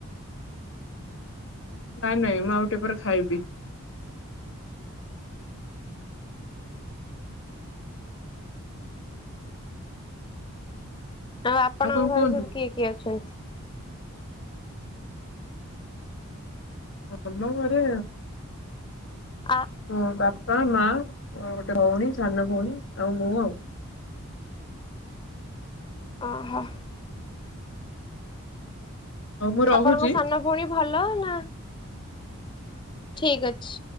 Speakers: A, on the left; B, on the left.
A: ନାଇଁ ନାଇଁ ମୁଁ ଆଉ ଟିକେ ପରେ ଖାଇବି।
B: ଆଉ ଆପଣଙ୍କ
A: କଣ
B: ଘରେ
A: କୁହନ୍ତୁ?
B: ସବୁ କିଏ କିଏ ଅଛନ୍ତି?
A: ଆମ ଘରେ
B: ଆ
A: ମୋ ବା ପା ମା ଅଁ ଗୋଟେ ଭଉଣୀ, ସାନ ଭଉଣୀ, ଆଉ ମୁଁ ଆଉ।
B: ଓ ହୋ।
A: ହଉ ମୁଁ ରହୁଛି।
B: ଆପଣଙ୍କ ସାନ ଭଉଣୀ ଭଲ ନା। ଠିକ ଅଛି।